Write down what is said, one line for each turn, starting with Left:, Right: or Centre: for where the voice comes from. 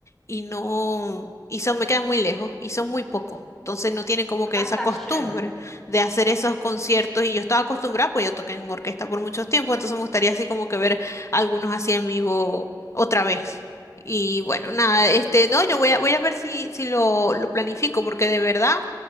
Left: y no, y son, me quedan muy lejos y son muy pocos. Entonces no tienen como
Centre: Acá
Left: que esa
Centre: está
Left: costumbre
Centre: lleno.
Left: de hacer esos conciertos y yo estaba acostumbrada, pues yo toqué en orquesta por muchos tiempo, entonces me gustaría así como que ver algunos así en vivo otra vez. Y bueno, nada, este, no, yo voy a, voy a ver si, si lo, lo planifico, porque de verdad